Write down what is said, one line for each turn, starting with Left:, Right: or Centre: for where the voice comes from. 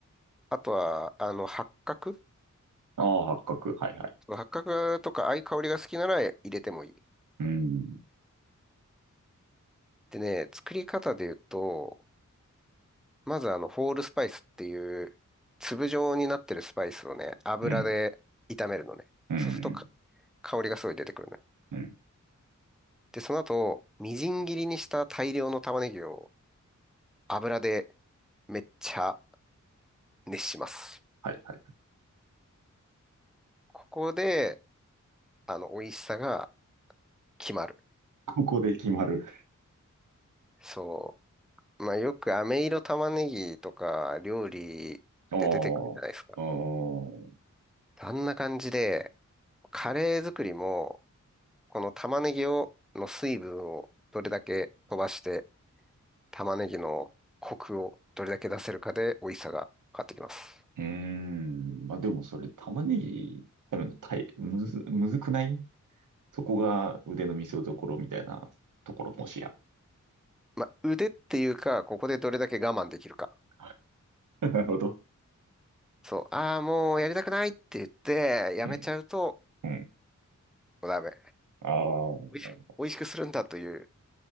Centre: あとは、あの、八角
Right: ああ、八角。はいはい。
Centre: その八角とか、ああいう香りが好きなら入れてもいい。
Right: うん。
Centre: でね、作り方で言うと、まずあの、ホールスパイスっていう、粒状になってるスパイスをね、油で炒めるのね。
Right: うんうん。
Centre: そうするとか香りがすごい出てくるのよ。
Right: うん。
Centre: で、その後、みじん切りにした大量の玉ねぎを油でめっちゃ熱します。
Right: はいはい。
Centre: ここで、あの、美味しさが決まる。
Right: ここで決まる。
Centre: そう。まあ、よく飴色玉ねぎとか料理で出てくるじゃないですか。
Right: ああ、ああ、う
Centre: あんな感じで、カレー作りも、この玉ねぎを、の水分をどれだけ飛ばして玉ねぎのコクをどれだけ出せるかで美味しさが変わってきます。
Right: ーん。まあでもそれ玉ねぎ食べるのたい、むず、むずくないそこが腕の見せ所みたいなところもしや。
Centre: まあ、腕っていうか、ここでどれだけ我慢できるか。
Right: <laughs> なるほど。
Centre: そう、ああ、もうやりたくないって言って、やめちゃうと、
Right: うん、うん。
Centre: もうダメ。
Right: ああ、こ
Centre: 美味しく、美味しくするんだという、